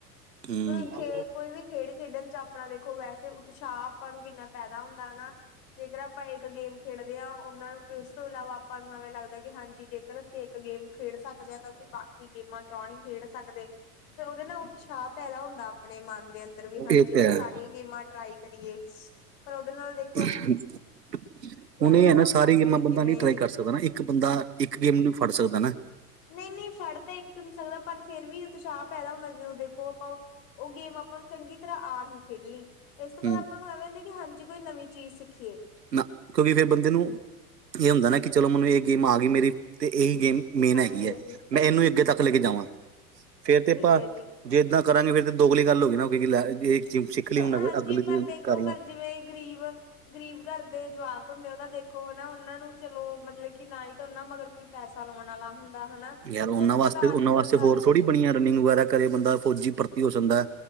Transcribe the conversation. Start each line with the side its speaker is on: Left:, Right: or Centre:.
Right: ਹੂੰ
Left: ਤੁ ਖੇ ਕੋਈ ਵੀ ਖੇਡ ਖੇਡਣ 'ਚ ਆਪਣਾ ਦੇਖੋ ਵੈਸੇ ਉਤਸ਼ਾਹ ਆਪਾਂ ਨੂੰ ਕਿੰਨਾ ਪੈਦਾ ਹੁੰਦਾ ਨਾ, ਜੇਕਰ ਆਪਾਂ ਇੱਕ ਗੇਮ ਖੇਡਦੇ ਹਾਂ ਉਹਨਾਂ ਨੂੰ ਇਸ ਤੋਂ ਇਲਾਵਾ ਆਪਾਂ ਨੂੰ ਐਵੇਂ ਲੱਗਦਾ ਕਿ ਹਾਂਜੀ ਜੇਕਰ ਅਸੀਂ ਇੱਕ ਗੇਮ ਖੇਡ ਸਕਦੇ ਹਾਂ, ਤਾਂ ਅਸੀਂ ਬਾਕੀ ਗੇਮਾਂ ਕਿਉਂ ਨਹੀਂ ਖੇਡ ਸਕਦੇ ਫੇਰ ਉਹਦੇ ਨਾਲ ਉਤਸ਼ਾਹ ਪੈਦਾ ਹੁੰਦਾ ਆਪਣੇ ਮਨ ਦੇ ਅੰਦਰ ਵੀ, ਹਾਂਜੀ
Right: ਇਹ ਤੇ
Left: ਅਸੀਂ
Right: ਹੈ
Left: ਸਾਰੀਆਂ ਗੇਮਾਂ ਟਰਾਈ ਕਰੀਏ ਪਰ ਉਹਦੇ ਨਾਲ ਦੇ
Right: ਹੁਣ ਇਹ
Left: ਹਨਾ
Right: ਹੈ ਨਾ,
Left: ਆਪਾਂ
Right: ਸਾਰੀ
Left: ਮਤਲਬ
Right: ਗੇਮਾਂ ਬੰਦਾ
Left: ਕਿਵੇਂ
Right: ਨਹੀ ਟਰਾਈ ਕਰ ਸਕਦਾ ਨਾ ਇੱਕ ਬੰਦਾ ਇੱਕ ਗੇਮ ਨੂੰ ਵੀ ਫੜ ਸਕਦਾ ਨਾ
Left: ਨਹੀਂ ਨਹੀਂ ਫੜ ਤਾਂ ਇੱਕ ਦਿਨ ਸਕਦਾ ਪਰ ਫੇਰ ਵੀ ਉਤਸ਼ਾਹ ਪੈਦਾ ਹੁੰਦਾ, ਜਰੂਰ ਦੇਖੋ ਆਪਾਂ ਉਹ ਗੇਮ ਆਪਾਂ ਨੂੰ ਚੰਗੀ ਤਰ੍ਹਾਂ ਆ ਗਈ ਖੇਡਣੀ ਇਸ
Right: ਹੂੰ
Left: ਤੋਂ ਬਾਅਦ ਆਪਾਂ ਨੂੰ ਐਵੇਂ ਹੁੰਦੀ, ਕਿ ਹਾਂਜੀ ਕੋਈ ਨਵੀਂ ਚੀਜ਼ ਸਿੱਖੀਏ
Right: ਨਾ, ਕਿਉਂਕਿ ਫਿਰ ਬੰਦੇ ਨੂੰ ਇਹ ਹੁੰਦਾ ਨਾ ਕਿ ਚਲੋ ਮੈਨੂੰ ਇਹ ਗੇਮ ਆ ਗਈ ਮੇਰੀ ਅਤੇ ਇਹੀ ਗੇਮ ਮੇਨ
Left: ਹਾਂਜੀ-ਹਾਂਜੀ
Right: ਹੈਗੀ ਹੈ। ਮੈਂ ਇਹਨੂੰ ਅੱਗੇ ਤੱਕ ਲੈ
Left: ਠੀਕ
Right: ਕੇ ਜਾਵਾਂ
Left: ਹੈ।
Right: ਫੇਰ ਤੇ ਆਪਾਂ
Left: ਠੀਕ ਹੈ ਜੀ
Right: ਜੇ ਇੱਦਾਂ ਕਰਾਂਗੇ ਫਿਰ ਤੇ ਦੋਗਲੀ ਗੱਲ ਹੋ ਗਈ ਨਾ, ਲੈ ਸਿੱਖ ਲਈ ਹੁਣ
Left: ਹਾਂਜੀ
Right: ਅਗਲੀ
Left: ਪਰ ਦੇਖੋ
Right: ਕਰ ਲੈ
Left: ਪਰ ਜਿਵੇਂ ਗ਼ਰੀਬ ਗ਼ਰੀਬ ਘਰ ਦੇ ਜਵਾਕ ਹੁੰਦੇ ਉਹ ਤਾਂ ਦੇਖੋ ਹਨਾ, ਨਾ ਉਹਨਾਂ ਨੂੰ ਚਲੋ ਮਤਲਬ ਕਿ ਨਾ ਹੀ ਕਰਨਾ ਉਹਨਾ ਅਗਰ ਕੋਈ ਪੈਸਾ ਲਾਉਣ ਵਾਲਾ ਹੁੰਦਾ, ਹਨਾ ਤੁਹਾਨੂੰ
Right: ਯਾਰ ਉਹਨਾਂ ਵਾਸਤੇ
Left: ਪਤਾ
Right: ਉਹਨਾਂ
Left: ਅੱਜ ਕੱਲ
Right: ਵਾਸਤੇ
Left: ਸਾਰਾ
Right: ਹੋਰ ਥੋੜੀ
Left: ਕੁਛ
Right: ਬਣੀਆਂ ਰਨਿੰਗ ਵਗੈਰਾ ਕਰੇ ਬੰਦਾ ਫੌਜੀ ਪਰਤੀ ਹੋ ਸਕਦਾ ਹੈ